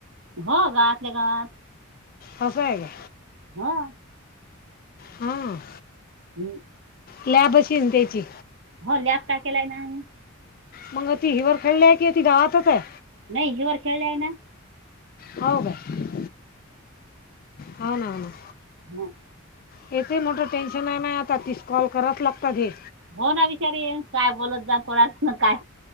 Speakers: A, on the right; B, on the left.
A: हो गावातल्या गावात.
B: असा आहे का?
A: हा.
B: हं
A: हम्म.
B: लॅब पाशीच द्यायची.
A: होल्यात का केलाय ना आम्ही.
B: मंग ती हिवर खेळल्या आहे की ती गावातच आहे?
A: नाही हिवर खेळल्या आहे ना.
B: हाव काय हाव ना हाव ना.
A: हो.
B: याचही मोठं टेन्शन आहे नाही आता तीस कॉल कराच लागतात हे.
A: हो ना विचारी काय बोलत जा कोणास ना काय.